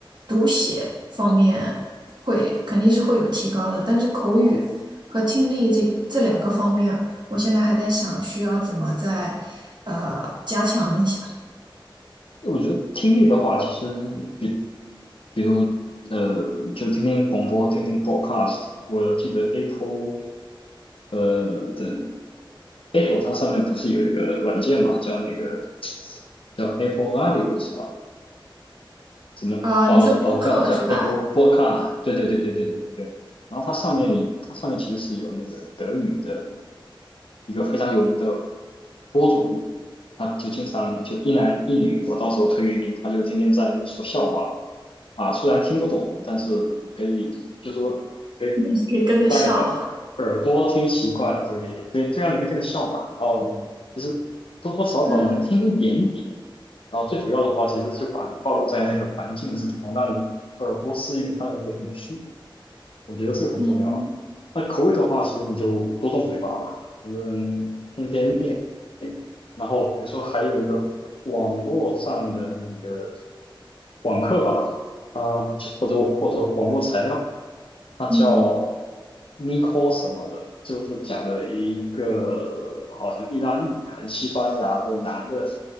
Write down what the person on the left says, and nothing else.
我觉得听力的话，其实比比如呃，就听听广播，听听 podcast a。我记得 Apple 呃的 Apple 它上面不是有一个软件嘛，叫那个叫 Apple Audio 是吧？怎么哦叫哦叫叫
Apple Podcast？对对对对对对对。然后它上面你它上面其实是有那个德语的一个非常有名的播主，他就经常就一男一女，我到时候推给你，他就天天在说笑话。啊，虽然听不懂，但是可以就说可以
让你的耳朵听习惯，对对，这样你可以跟着笑嘛。然后其实多多少少能听一点点，
然后最主要的话，其实就把你暴露在那个环境是之中，让你耳朵适应它的那个语速，我觉得这个很重要啊。
那口语的话，其实你就多动嘴巴嘛，反正天天练。然后比如说还有一个网络上的那个网课吧，啊，或者或者网络材料。他叫
Nico 什么的，就是讲的一个好像意大利还是西班牙的男的